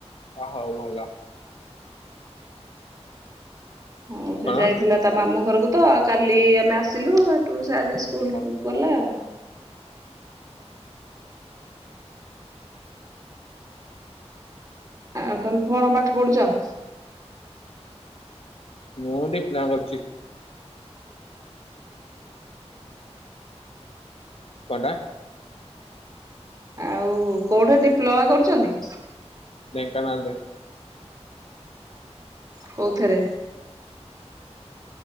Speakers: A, on the left (about 60°); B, on the right (about 30°).
A: ଅ ହଉ ଭଲ।
B: ହଉ ସେ
A: କଣ
B: ଯାଇଥିଲା ତା ମାମୁଁ ଘରକୁ ତ କାଲି ଆମେ ଆସିଲୁ। ଟୁ ଆଜି ସ୍କୁଲ
A: ଓହୋ
B: ଗଲା ଆଉ ଆଉ ତମେ କଣ ପାଠ ପଢୁଛ?
A: ମୁଁ ଡିପ୍ଲମା କରୁଛି। କଣଟା?
B: ଆଉ କୋଉଠି ଡିପ୍ଲୋମା କରୁଛନ୍ତି?
A: ଢେଙ୍କାନାଳରେ।
B: କୋଉଥିରେ?